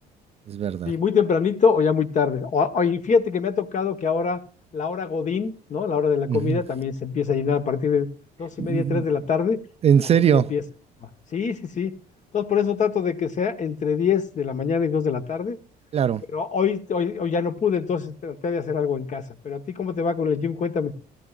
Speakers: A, on the right (about 35°); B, on the left (about 45°).
A: es verdad.
B: Sí, muy tempranito o ya muy tarde. O, o- y fíjate que me ha tocado que ahora la hora Godín, ¿no? La hora de la
A: Ujú.
B: comida también se empieza a llenar a partir de dos
A: Mm,
B: y media, tres de la tarde,
A: En
B: la
A: serio,
B: gente empieza. Sí, sí, sí. Entonces por eso trato de que sea entre 10 de la mañana y 2 de la tarde,
A: claro,
B: pero hoy, hoy, hoy ya no pude, entonces traté de hacer algo en casa. Pero a ti, ¿cómo te va con el gym? Cuéntame.